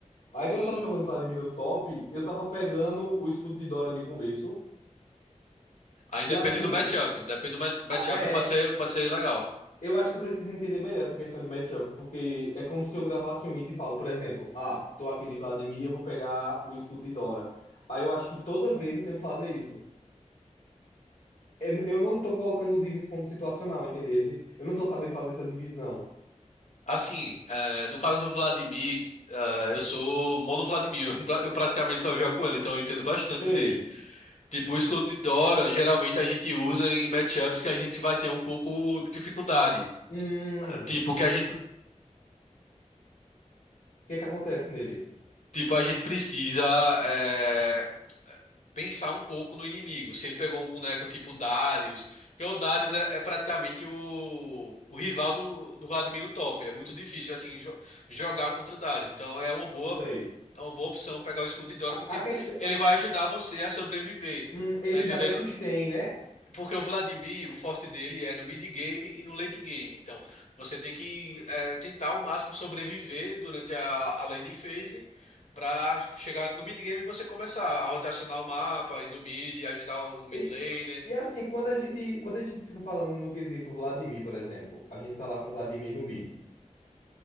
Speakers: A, on the left (about 80°); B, on the left (about 65°).
A: Aí
B: Hum.
A: quando eu tava jogando de Vladimir no top, eu tava pegando o escudo de Dorian de começo.
B: Aí
A: E
B: depende
A: assim,
B: do matchup, depende do ma- matchup,
A: a- é,
B: pode ser, pode ser legal.
A: eu acho que eu preciso entender melhor essa questão de matchup, porque é como se eu gravasse um item e falo, por exemplo, ah, tô aqui de Vladimir, eu vou pegar o escudo de Dora. Aí eu acho que toda vez eu tenho que fazer isso. Eu eu não tô colocando os itens como situacional, entendeu? Eu não tô sabendo fazer essa divisão.
B: Assim, é, no caso do Vladimir, é, eu sou mono Vladimir, <laughs> eu praticamente só jogo com ele, então eu entendo bastante
A: Sei.
B: dele. Tipo, o escudo de Doran, geralmente a gente usa em matchups que a gente vai ter um pouco de dificuldade.
A: Hum.
B: Tipo,
A: O
B: que a gente,
A: que que acontece nele?
B: tipo, a gente precisa é, pensar um pouco no inimigo. Se ele pegou um boneco tipo Darius, porque o Darius é, é praticamente o, o rival do, do Vladimir no top. É muito difícil assim jo- jogar contra Darius. Então é uma boa,
A: Sei.
B: é uma boa opção pegar o escudo de Dora,
A: A,
B: porque
A: a questão.
B: ele vai ajudar você a sobreviver.
A: Hum, ele
B: Tá entendendo?
A: dá mais sustain, né?
B: Porque o Vladimir, o forte dele é no mid game e no late game. Então, você tem que é, tentar ao máximo sobreviver durante a, a lane phase para chegar no mid game e você começar a rotacionar o mapa, ir no mid, ajudar o mid
A: E,
B: laner.
A: e assim, quando a gente, quando a gente fica falando no quesito Vladimir, por exemplo, a gente tá lá com o Vladimir no mid.